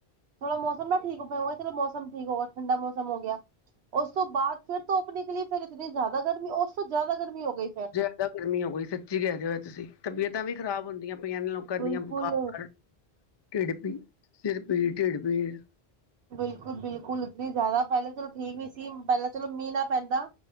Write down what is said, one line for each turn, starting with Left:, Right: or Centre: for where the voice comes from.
Right: ਥੋੜ੍ਹਾ ਮੌਸਮ ਨਾ ਠੀਕ ਮੌਸਮ ਠੀਕ ਗਿਆ ਠੰਡਾ ਮੌਸਮ ਹੋ ਗਿਆ ਉਸ ਤੋ ਬਾਅਦ। ਫਿਰ ਧੁੱਪ ਨਿਕਲੀ ਫਿਰ ਇਤਨੀ ਜ਼ਿਆਦਾ ਗਰਮੀ ਉਸ ਤੋਂ ਜ਼ਿਆਦਾ ਗਰਮੀ ਹੋ ਗਈ ਫਿਰ।
Left: ਗਰਮੀ ਹੋ ਗਈ ਸੱਚੀ ਕਹਿ ਰਹੇ ਐ ਤੁਸੀਂ ਤਬੀਅਤਾਂ ਵੀ ਖਰਾਬ ਹੁੰਦੀਆਂ। ਹੋਈਆਂ ਲੋਕਾਂ
Right: ਬਿਲਕੁਲ
Left: ਦੀਆਂ ਬੁਖਾਰ ਕਾਰਨ ਢਿੱੜ ਪੀੜ ਸਿਰ ਪੀੜ ਢਿੱੜ ਪੀੜ।
Right: ਬਿਲਕੁਲ-ਬਿਲਕੁਲ ਉਧਰ ਜ਼ਿਆਦਾ ਪਹਿਲਾਂ ਚਲੋ ਠੀਕ ਵੀ ਸੀ ਪਹਿਲਾਂ ਚਲੋ ਮੀਂਹ ਨਾ ਪੈਂਦਾ।